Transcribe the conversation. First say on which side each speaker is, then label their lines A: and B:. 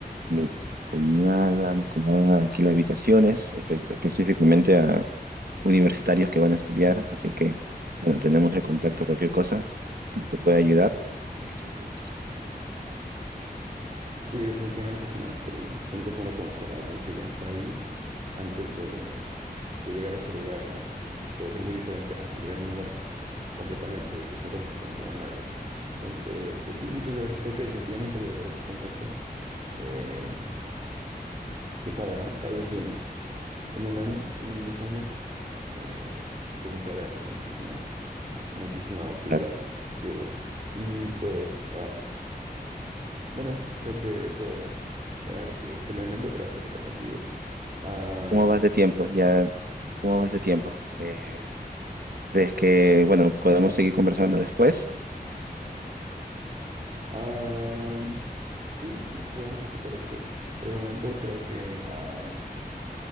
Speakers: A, on the right (about 70°); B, on the right (about 40°).
A: mis cuñada, mi cuñada alquila habitaciones espe- específicamente a universitarios que van a estudiar, así que, bueno, tenemos el contacto, cualquier cosa que pueda ayudar. ¿Qué dices vos?
B: Sí, definitivamente suenan súper bien. Siempre es bueno conocer a alguien que ya está ahí antes de, de llegar a ese lugar, ¿no? Es- debe ser muy diferente a llegar a un lugar completamente desde cero sin conocer a nadie. Entonces, pues sí, muchas gracias. Creo que definitivamente voy a guardar tu contacto. Em, quién sabe, ¿no? Tal vez si en un año, en dos años, eh, pues me sea de, de muchísima, muchísima utilidad,
A: Claro.
B: Diego. Y pues, bueno, creo que eso era lo que tenía en mente para platicar contigo. Am,
A: ¿Cómo vas de tiempo? Ya, ¿cómo vas de tiempo? Eh, ¿crees que, bueno, podemos seguir conversando después?
B: am, sí, creo que podemos platicar después. Por el momento creo que am,